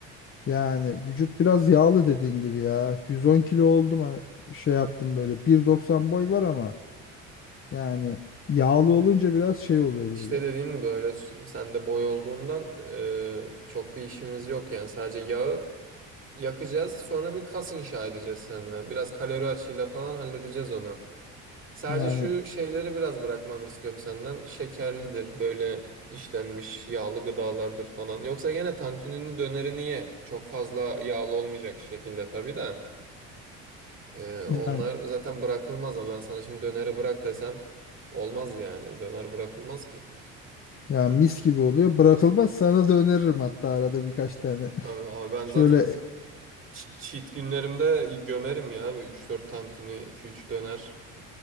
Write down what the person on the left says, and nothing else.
Yani vücut biraz yağlı dediğin gibi ya. 110 kilo oldum ha- şey yaptım böyle. 1.90 boy var ama yani yağlı olunca biraz şey oluyor
böyle.
Yani
yani
Ya
mis gibi oluyor. Bırakılmaz sana da öneririm hatta arada birkaç tane.
<laughs>
Şöyle